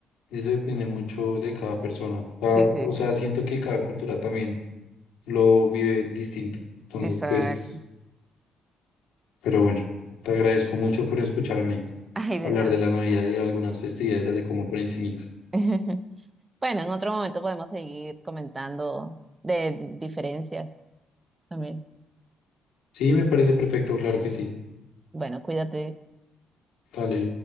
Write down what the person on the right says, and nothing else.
Sí, sí,
sí,
exacto.
<laughs> Ay, de
nada.
<laughs> Bueno, en otro momento podemos seguir comentando de di- diferencias también.
Bueno, cuídate.